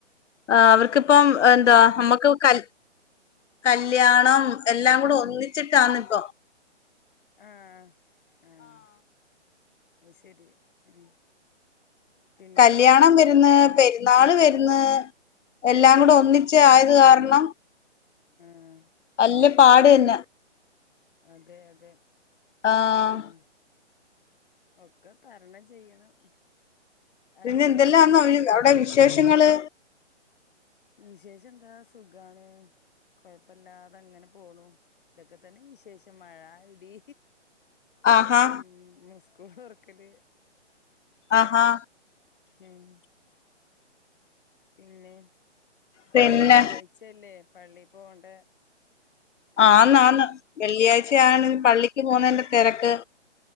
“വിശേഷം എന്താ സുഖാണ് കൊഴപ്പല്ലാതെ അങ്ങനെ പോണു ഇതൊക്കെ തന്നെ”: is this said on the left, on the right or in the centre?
Left